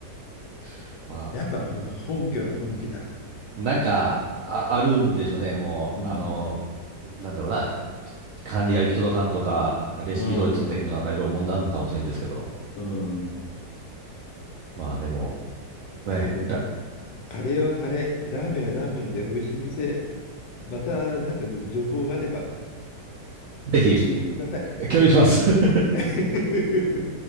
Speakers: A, on the right; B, on the left.
A: <laughs> まあ、
B: やっぱほ本家は本家だ。
A: なんか、あ、あるんでしょうね、もう、
B: うん。
A: あの、なんだろうな、管理が行き届かんとか、レシピ通り作ってへんとか、
B: うん。
A: なんかいろいろ問題あるんかもしれんですけど、
B: うん。
A: まあでも、ね、
B: でも、
A: ら
B: カレーはカレー、ラーメンはラーメンで美味しい店、またなんか情報があれば
A: ぜひ、
B: 教えてください。
A: 共有します。<laughs>
B: <laughs>